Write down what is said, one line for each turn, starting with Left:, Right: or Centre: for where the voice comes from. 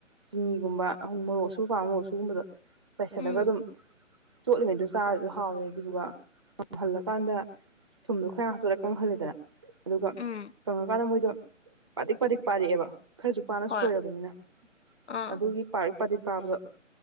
Right: ꯆꯤꯅꯤꯒꯨꯝꯕ ꯑꯩꯈꯣꯏ ꯃꯣꯔꯣꯛ ꯑꯁꯨꯕꯥ ꯄꯥꯝꯃ ꯃꯣꯔꯣꯛ ꯑꯁꯨꯕꯒꯨꯝꯕꯗꯣ ꯆꯥꯏꯁꯤꯜꯂꯒ
Left: ꯎꯝ
Right: ꯑꯗꯨꯝ ꯆꯣꯠꯂꯤꯉꯩꯗꯣ ꯆꯥꯕꯗ ꯍꯥꯎꯋꯦ ꯑꯗꯨꯗꯨꯒ ꯉꯪꯍꯜꯂꯀꯥꯟꯗ ꯊꯨꯝꯗꯣ ꯈꯔ ꯍꯥꯞꯆꯤꯂ ꯀꯪꯍꯜꯂꯦꯗꯅ ꯑꯗꯨꯒ
Left: ꯎꯝ
Right: ꯀꯪꯉꯀꯥꯟꯗ ꯃꯣꯏꯗꯣ ꯄꯥꯊ꯭ꯔꯤꯛ ꯄꯥꯊ꯭ꯔꯤꯛ ꯄꯥꯔꯛꯑꯦꯕ꯫ ꯈꯔꯁꯨ ꯄꯥꯅ
Left: ꯍꯣꯏ
Right: ꯁꯣꯏꯔꯕꯅꯤꯅ
Left: ꯑꯥ
Right: ꯑꯗꯨꯒꯤ ꯄꯥꯔꯛ ꯄꯥꯊꯤꯛ ꯄꯥꯕꯗꯣ